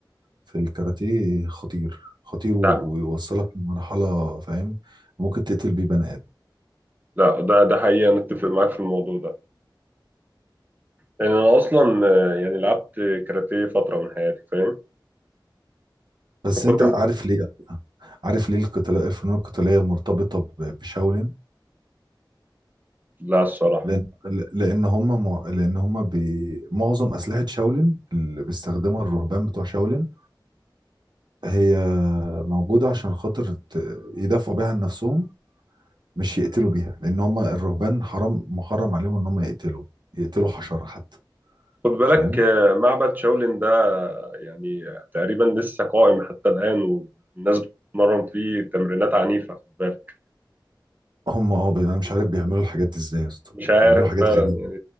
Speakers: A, on the right; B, on the right.
A: في الكاراتيه خطير خطير ويوصلك
B: لا
A: لمرحله فاهم ممكن تقتل بيه بني ادم
B: لا ده ده حقيقي انا اتفق معاك في الموضوع ده لأن أنا أصلا آه، يعني لعبت كاراتيه فترة من حياتي فاهم
A: بس
B: وكنت
A: انت
B: م-
A: عارف ليه عارف ليه القتال الفنون القتاليه مرتبطه ب- بشاولين
B: لا الصراحة
A: لان لان هم مع- لان هم بي... معظم اسلحه شاولين اللي بيستخدمها الرهبان بتوع شاولين هي موجوده عشان خاطر ت- يدافعوا بيها عن نفسهم مش يقتلوا بيها لان هم الرهبان حرام محرم عليهم ان هم يقتلوا يقتلوا حشره حتى
B: خد بالك
A: فاهم
B: آه، معبد شاولين ده يعني تقريبا لسه قائم حتى الآن والناس بتتمرن فيه تمرينات عنيفة خد بالك
A: هم اه بي- انا مش عارف بيعملوا الحاجات دي ازاي يا اسطى
B: مش عارف
A: بيعملوا حاجات
B: فعلا
A: غريبه
B: يعني